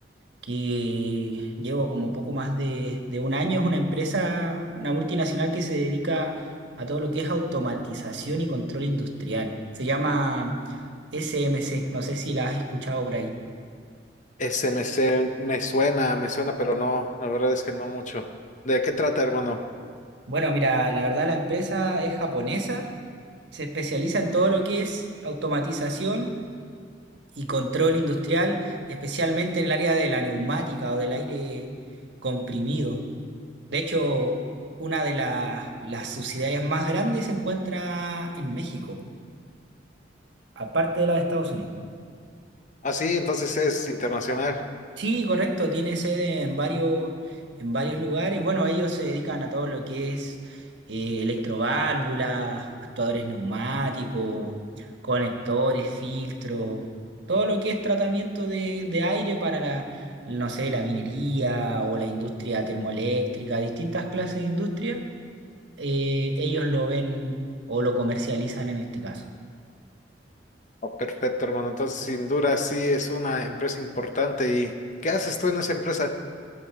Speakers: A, on the right; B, on the left.
A: que llevo como poco más de, de un año. Es una empresa, una multinacional que se dedica a todo lo que es automatización y control industrial. Se llama SMC, no sé si la has escuchado por ahí.
B: Ese me, se- me suena, me suena, pero no, la verdad es que no mucho. ¿De qué trata, hermano?
A: Bueno, mira, la verdad la empresa es japonesa, se especializa en todo lo que es automatización y control industrial, especialmente en el área de la neumática o del aire comprimido. De hecho, una de la- las subsidiarias más grandes se encuentra en México, aparte de la de Estados Unidos.
B: Ah, sí, entonces es internacional.
A: Sí, correcto, tiene sede en varios, en varios lugares. Bueno, ellos se dedican a todo lo que es eh, electroválvulas, actuadores neumáticos, conectores, filtros, todo lo que es tratamiento de, de aire para la, no sé, la minería o la industria termoeléctrica, distintas clases de industria eh, ellos lo ven o lo comercializan en este caso.
B: Oh, perfecto, hermano. Entonces, sin duda, sí es una empresa importante. ¿Y qué haces tú en esa empresa?